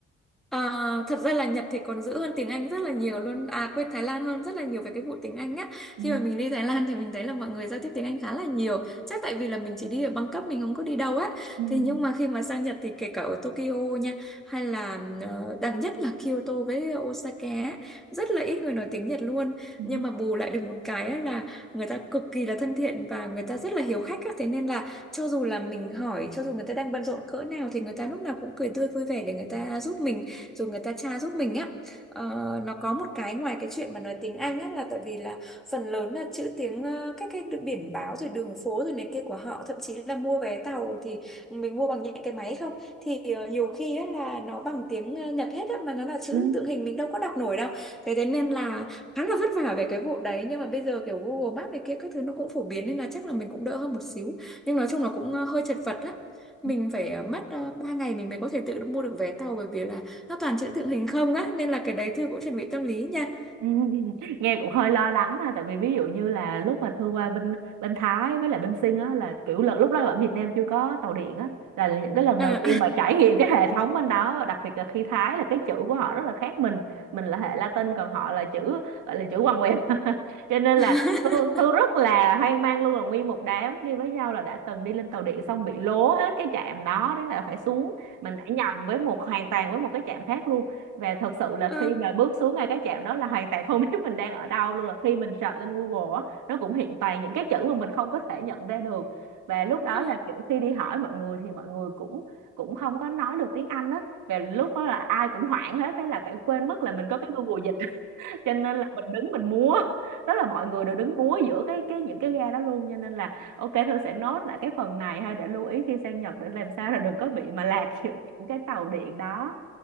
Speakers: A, in the centre; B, on the right (about 85°).
A: À, thật ra là Nhật thì còn giữ hơn tiếng Anh rất là nhiều luôn à quên Thái Lan hơn rất là nhiều về cái vụ tiếng Anh á
B: Ừ.
A: khi mà mình đi Thái Lan thì mình thấy là mọi người giao tiếp tiếng Anh khá là nhiều chắc tại vì là mình chỉ đi ở Bangkok mình không có đi đâu á
B: ừ,
A: thế nhưng mà khi mà sang Nhật thì kể cả ở Tokyo nha hay là ờ, đặc nhất là Kyoto với Osaka á, rất là ít người nói tiếng Nhật luôn
B: ừ,
A: nhưng mà bù lại được một cái á là người ta cực kỳ là thân thiện và người ta rất là hiếu khách á thế nên là cho dù là mình hỏi cho dù người ta đang bận rộn cỡ nào thì người ta lúc nào cũng cười tươi vui vẻ để người ta giúp mình rồi người ta tra giúp mình á Ờ, nó có một cái ngoài cái chuyện mà nói tiếng Anh á là tại vì là phần lớn là chữ tiếng ờ, các cái biển báo rồi đường phố rồi này kia của họ thậm chí là mua vé tàu thì mình mua bằng những cái máy không thì ờ, nhiều khi á là nó bằng tiếng ờ, Nhật hết á mà nó là chữ
B: ừ.
A: tượng hình mình đâu có đọc nổi đâu thế thế nên là khá là vất vả về cái vụ đấy nhưng mà bây giờ kiểu Google Maps này kia các thứ nó cũng phổ biến nên là chắc là mình cũng đỡ hơn một xíu nhưng nói chung là cũng ờ, hơi chật vật á mình
B: Ừ.
A: phải ờ, mất uh, 3 ngày mình mới có thể tự mua được vé tàu bởi vì là nó toàn chữ tượng hình không á nên là cái đấy Thư cũng chuẩn bị tâm lý nha
B: Ừ, <laughs> nghe cũng hơi lo lắng ha tại vì ví dụ như là lúc mà Thư qua bên bên Thái với lại bên Sinh á là kiểu lần lúc đó ở Việt Nam chưa có tàu điện á là những cái lần
A: Ờ.
B: đầu tiên mà trải nghiệm cái hệ thống bên đó đặc biệt là khi Thái là cái chữ của họ rất là khác mình mình là hệ Latin còn họ là chữ gọi là chữ quằn quẹo <laughs> cho nên
A: <laughs>
B: là Thư, Thư rất là hoang mang luôn là nguyên một đám đi với nhau là đã từng đi lên tàu điện xong bị lố hết cái trạm đó đáng lẽ là phải xuống mình đã nhầm với một hoàn toàn với một cái trạm khác luôn và thật sự là
A: Ờ,
B: khi mà bước xuống ngay cái trạm đó là hoàn toàn không <laughs> biết mình đang ở đâu luôn là khi mình search lên Google á nó cũng hiện toàn những cái chữ mà mình không có thể nhận ra được và lúc đó
A: ờ.
B: là kiểu khi đi hỏi mọi người thì mọi người cũng cũng không có nói được tiếng Anh á và lúc đó là ai cũng hoảng hết thế là phải quên mất là mình có cái Google dịch <laughs> cho nên là mình đứng mình múa <laughs> đó là mọi người đều đứng múa giữa cái cái những cái ga đó luôn cho nên là ok Thư sẽ nốt lại cái phần này ha để lưu ý khi sang Nhật để làm sao là đừng có bị mà lạc giữa những cái tàu điện đó